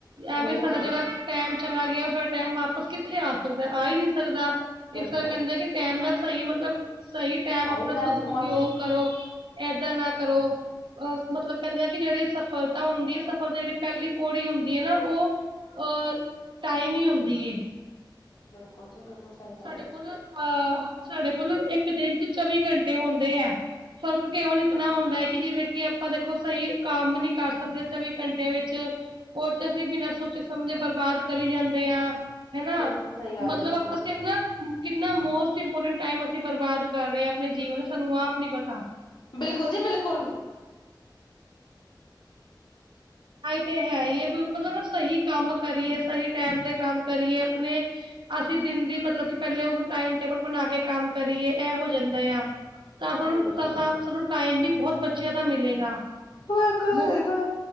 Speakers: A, on the left; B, on the right.
A: ਬਿਲਕੁਲ
B: ਐਵੇਂ ਸਾਡਾ
A: ਸਹੀ,
B: ਜੇੜਾ ਟਾਈਮ ਚਲਾ ਗਿਆ। ਉਹ ਸਾਡਾ ਟਾਈਮ ਵਾਪਸ ਕਿੱਥੇ ਆ ਸਕਦਾ ਆ ਹੀ ਨਹੀਂ ਸਕਦਾ। ਇਸ
A: ਬਿਲਕੁਲ।
B: ਕਰਕੇ ਕਹਿੰਦੇ ਕਿ ਟਾਈਮ ਦਾ ਸਯੀ ਮਤਲਬ ਸਯੀ ਟਾਈਮ
A: ਸਹੀ
B: ਆਪਣਾ ਸ਼ੁਧਉਪਯੋਗ
A: ਗੱਲ ਬਿਲਕੁਲ
B: ਕਰੋ, ਐਦਾ ਨਾ ਕਰੋ। ਅਹ ਮਤਲਬ ਕਹਿੰਦੇ ਆ ਕਿ ਜੇੜੇ ਸਫਲਤਾ ਹੁੰਦੀ ਹੈ। ਸਫਲਤਾ ਜੇੜੀ ਪਹਿਲੀ ਪੌੜੀ ਹੁੰਦੀ ਐ ਨਾ ਓ ਔਰ ਟਾਈਮ ਈ ਹੁੰਦੀ ਏ
A: ਬਿਲਕੁਲ ਜੀ ਬਿਲਕੁਲ ਸਹੀ ਗੱਲ
B: ਸਾਡੇ
A: ਹੈ।
B: ਕੋਲ ਅਹ ਸਾਡੇ ਕੋਲ ਇੱਕ ਦਿਨ ਚ ਚੌਵੀ ਘੰਟੇ ਹੁੰਦੇ ਐ ਫ਼ਰਕ ਕੇਵਲ ਇਤਨਾ ਹੁੰਦਾ ਹੈ। ਕਿ ਜਿਵੇਂ ਕਿ ਆਪਾਂ ਦੇਖੋ ਸਹੀ ਕੰਮ ਨੀ ਕਰ ਸਕਦੇ ਚੌਵੀ ਘੰਟਿਆਂ ਵਿੱਚ ਓਚ ਅਸੀਂ ਬਿਨਾਂ ਸੋਚੇ ਸਮਝੇ ਬਰਬਾਦ ਕਰੀ ਜਾਂਦੇ ਆ ਹੈਨਾ
A: ਬਿਲਕੁਲ ਸਹੀ ਗੱਲ
B: ਮਤਲਬ
A: ਹੈ ਜੀ।
B: ਆਪਾਂ ਹਨਾ ਕਿੰਨਾ ਮੋਸਟ ਇੰਪੋਰਟੈਂਟ ਟਾਈਮ ਅਸੀਂ ਬਰਬਾਦ ਕਰ ਰਹੇ ਹਾਂ ਆਪਣੇ ਜੀਵਨ ਸਾਨੂੰ ਆਪ ਨੀ ਪਤਾ।
A: ਬਿਲਕੁਲ ਜੀ ਬਿਲਕੁਲ
B: ਆਈ ਤੇ ਹੈ ਹੀ ਬਿਲੁ ਮਤਲਬ ਸਹੀ ਕੰਮ ਕਰੀਏ ਸਈ ਟਾਈਮ ਤੇ ਕੰਮ ਕਰੀਏ ਆਪਨੇ ਅਸੀਂ ਦਿਨ ਦੀ ਮਤਲਬ ਕਿ ਪਹਿਲੇ ਉਹ ਟਾਈਮ ਟੇਬਲ ਬਣਾ ਕੇ ਕੰਮ ਕਰੀਏ ਐ ਹੋ ਜਾਂਦਾ ਆ ਤਾ ਹੁਨ
A: ਬਿਲਕੁਲ।
B: ਅ ਅ ਤਾਂ ਸਾਨੂੰ ਟਾਈਮ ਵੀ ਬਹੁਤ ਬੱਚਿਆਂ ਦਾ ਮਿਲੇਗਾ।
A: ਬਿਲਕੁਲ
B: ਮੋ
A: ਹੈਗਾ